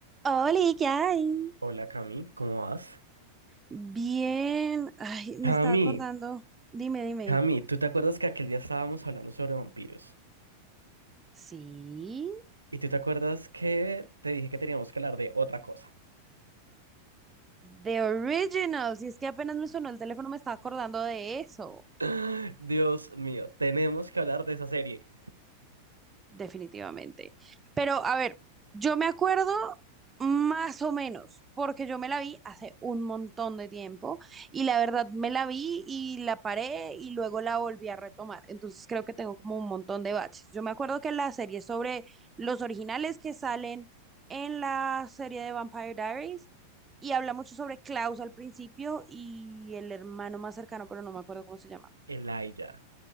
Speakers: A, on the right (about 15°); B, on the right (about 80°).
A: Hola, ¿qué hay?
B: Hola Cami, ¿cómo vas?
A: Bien, ay, me
B: Cami,
A: estaba acordando. Dime, dime.
B: Cami, ¿tú te acuerdas que aquel día estábamos hablando sobre vampiros?
A: Sí,
B: ¿Y tú te acuerdas que te dije que teníamos que hablar de otra cosa?
A: The Original. Si es que apenas me sonó el teléfono, me estaba acordando de eso.
B: <gasps> Dios mío, tenemos que hablar de esa serie,
A: definitivamente. Pero a ver, yo me acuerdo más o menos, porque yo me la vi hace un montón de tiempo y la verdad me la vi y la paré y luego la volví a retomar. Entonces creo que tengo como un montón de baches. Yo me acuerdo que la serie sobre los originales que salen en la serie de Vampire Diaries y habla mucho sobre Klaus al principio y el hermano más cercano, pero no me acuerdo cómo se llama.
B: Elijah.